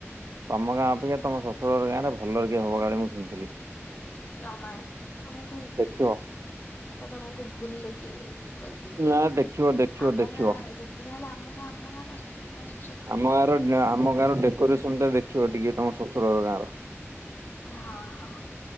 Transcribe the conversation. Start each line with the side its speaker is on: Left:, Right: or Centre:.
Right: ତମ ଗାଁ ଅପେକ୍ଷା ତମ ଶଶୁରଘର ଗାଁ ରେ ଭଲେଇକି ହବ କାଳେ ମୁଁ ଶୁଣିଥିଲି।
Left: ଜମା ନୁହଁ ତମକୁ ଏଟା
Right: ଦେଖିବ
Left: ତମକୁ ଏଟା ତମକୁ ଭୁଲେଇକି କହିଦେଇଛି
Right: ନା
Left: ସ <unintelligible>
Right: ଦେଖିବ ଦେଖିବ
Left: ଆମ
Right: ଦେଖିବ
Left: ଗାଁ ଯେତେ ଯାହା ହେଲେ ଆମ ଗାଁ ଆମ ଗାଁ ନା <unintelligible>
Right: ଆମ ଗାଁର ଆମ ଗାଁର ଡେକୋରେସନଟା ଦେଖିବ ଟିକେ ତମ ଶଶୁରଘର ଗାଁର
Left: ହଁ ହଁ।